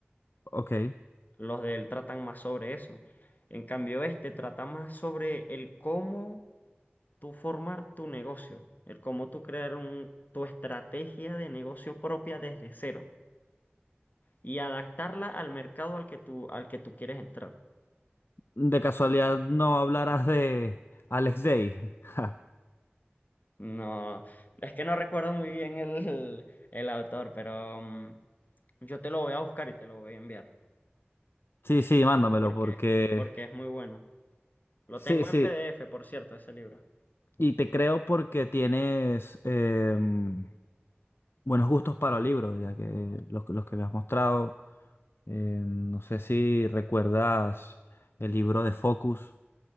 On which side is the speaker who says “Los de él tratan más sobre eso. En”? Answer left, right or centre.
Left